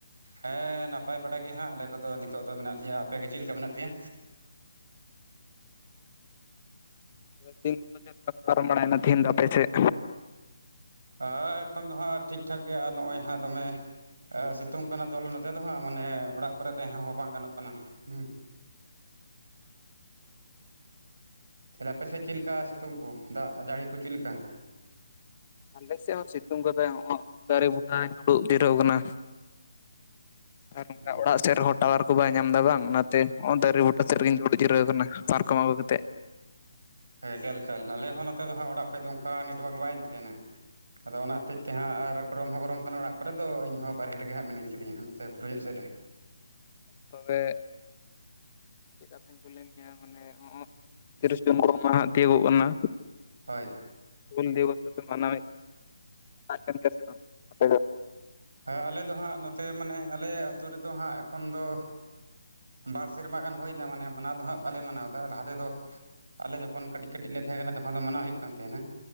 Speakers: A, on the right; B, on the left.
A: ᱦᱮᱸ ᱱᱟᱯᱟᱭ ᱵᱟᱲᱟ ᱜᱮ ᱦᱟᱸᱜ ᱟᱞᱮ ᱠᱚᱫᱚ ᱱᱤᱛᱚᱜ ᱫᱚ ᱢᱮᱱᱟᱜ ᱞᱮᱭᱟ᱾ ᱟᱯᱮ ᱜᱮ ᱪᱮᱫ ᱞᱮᱠᱟ ᱢᱮᱱᱟᱜ ᱯᱮᱭᱟ?
B: ᱫᱤᱱ ᱠᱚᱫᱚ ᱪᱮᱫ ᱞᱮᱠᱟ ᱯᱟᱨᱚᱢ ᱵᱟᱲᱟᱭ ᱱᱟ ᱫᱤᱱ ᱠᱚᱫᱚ ᱟᱯᱮ ᱥᱮᱫ
A: ᱦᱮᱸ ᱮᱠᱷᱚᱱ ᱫᱚ ᱦᱟᱸᱜ ᱴᱷᱤᱠ-ᱴᱷᱟᱠ ᱜᱮᱭᱟ ᱟᱨ ᱱᱚᱜᱼᱚᱭ ᱦᱟᱸᱜ ᱫᱚᱢᱮ ᱥᱤᱛᱩᱝ ᱠᱟᱱᱟ ᱛᱚᱞᱮ ᱱᱚᱛᱮ ᱫᱚ ᱦᱟᱸᱜ ᱢᱟᱱᱮ ᱚᱲᱟᱜ ᱠᱚᱨᱮ ᱛᱟᱦᱮᱸ ᱦᱚᱸ ᱵᱟᱝ ᱜᱟᱱᱚᱜ ᱠᱟᱱᱟ, ᱦᱩ ᱛᱟᱦᱞᱮ ᱟᱯᱮᱥᱮᱜ ᱪᱮᱜ ᱞᱮᱠᱟ ᱥᱤᱛᱩᱝ ᱠᱚ ᱫᱟᱜ ᱡᱟᱹᱲᱤ ᱠᱚ ᱪᱮᱜ ᱞᱮᱠᱟ?
B: ᱟᱞᱮ ᱥᱮᱜ ᱦᱚᱸ ᱥᱤᱛᱩᱝ ᱠᱟᱫᱟᱭ ᱦᱚᱸᱜᱼᱚᱜ ᱫᱟᱨᱮ ᱵᱩᱴᱟᱹ ᱨᱮᱧ ᱫᱩᱲᱩᱵ ᱡᱤᱨᱟᱹᱣ ᱠᱟᱱᱟ᱾ ᱟᱨ ᱚᱱᱠᱟ
A: ᱦᱮᱸ
B: ᱚᱲᱟᱜ ᱥᱮᱜ ᱨᱮᱦᱚᱸ ᱴᱟᱣᱟᱨ ᱠᱚ ᱵᱟᱭ ᱧᱟᱢ ᱮᱫᱟ ᱵᱟᱝ ᱚᱱᱟᱛᱮ ᱱᱚᱱᱛᱮ ᱫᱟᱨᱮ ᱵᱩᱴᱟᱹ ᱥᱮᱫ ᱨᱮᱜᱮᱧ ᱫᱩᱲᱩᱵ ᱡᱤᱨᱟᱹᱣ ᱟᱠᱟᱱᱟ ᱯᱟᱨᱠᱚᱢ ᱟᱹᱜᱩ ᱠᱟᱛᱮᱫ᱾
A: ᱦᱮᱸ ᱪᱮᱫ ᱞᱮᱠᱟ ᱟᱞᱮ ᱦᱚᱸ ᱱᱚᱛᱮ ᱫᱚ ᱦᱟᱸᱜ ᱚᱲᱟᱜ ᱠᱷᱚᱡ ᱫᱚ ᱚᱱᱠᱟ ᱱᱮᱴᱣᱟᱨᱠ ᱵᱟᱭ ᱛᱟᱦᱮᱱᱟ᱾ ᱟᱫᱚ ᱚᱱᱟ ᱦᱚᱛᱮᱡ ᱛᱮ ᱦᱟᱸᱜ ᱟᱨ ᱜᱚᱨᱚᱢ ᱦᱚᱸ ᱜᱚᱨᱚᱢ ᱠᱟᱱᱟ ᱚᱲᱟᱜ ᱠᱚᱨᱮ ᱫᱚ ᱤᱧᱦᱚᱸ ᱵᱟᱨᱨᱮ ᱨᱮᱜᱮ ᱦᱟᱜ ᱢᱤᱱᱤᱧ ᱠᱟᱫᱤᱧᱟ ᱱᱚᱛᱮ ᱵᱩᱴᱟᱹ ᱧᱚᱜ ᱥᱮᱫ ᱨᱮᱜᱮ
B: ᱛᱚᱵᱮ ᱪᱮᱫ ᱠᱟᱛᱷᱟᱧ ᱠᱩᱞᱟᱹᱭ ᱢᱮᱭᱟ ᱢᱟᱱᱮ ᱱᱚᱜᱼᱚᱭ ᱛᱤᱨᱤᱥᱮ ᱡᱩᱱ ᱠᱚ ᱦᱟᱜ ᱛᱤᱭᱩᱜᱚᱜ ᱠᱟᱱᱟ᱾
A: ᱦᱳᱭ
B: ᱦᱩᱞ ᱫᱤᱵᱚᱥ ᱫᱚᱯᱮ ᱢᱟᱱᱟᱣᱮᱫ <unintelligible>
A: ᱦᱮᱸ ᱟᱞᱮ ᱫᱚ ᱦᱟᱸᱜ ᱱᱚᱛᱮ ᱢᱟᱱᱮ ᱟᱞᱮ ᱟᱹᱛᱩ ᱨᱮᱫᱚ ᱦᱟᱸᱜ ᱮᱠᱷᱚᱱ ᱫᱚ ᱵᱟᱨ ᱥᱮᱨᱢᱟ ᱜᱟᱱ ᱦᱩᱭᱱᱟ ᱢᱟᱱᱮ ᱢᱟᱱᱟᱣ ᱫᱚ ᱦᱟᱸᱜ ᱵᱟᱞᱮ ᱢᱟᱱᱟᱣᱫᱟ ᱞᱟᱦᱟ ᱛᱮᱫᱚ ᱟᱞᱮ ᱡᱚᱠᱷᱚᱱ ᱠᱟᱹᱴᱤᱡ ᱠᱟᱹᱴᱤᱡ ᱞᱮ ᱛᱟᱦᱮᱸ ᱠᱟᱱᱟ ᱛᱚᱠᱷᱚᱱ ᱫᱚ ᱢᱟᱱᱟᱣ ᱦᱩᱭᱩᱜ ᱠᱟᱱ ᱛᱟᱦᱮᱸᱱᱟ